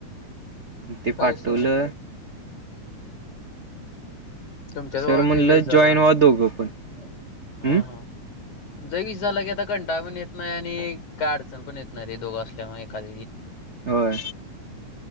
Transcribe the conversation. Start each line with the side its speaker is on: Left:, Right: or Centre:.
Right: ते
Left: काय
Right: पाठवलं
Left: विषय नाही तुमच्या दोघांचा
Right: सर म्हटलं
Left: काही झाला
Right: जॉईन व्हा दोघं पण
Left: हा,
Right: हम्म
Left: हा ज विस झाला की आता कंटाळ पण येत नाही आणि काय अडचण पण येतणारे दोघं असल्यामुळेग एखाद
Right: होय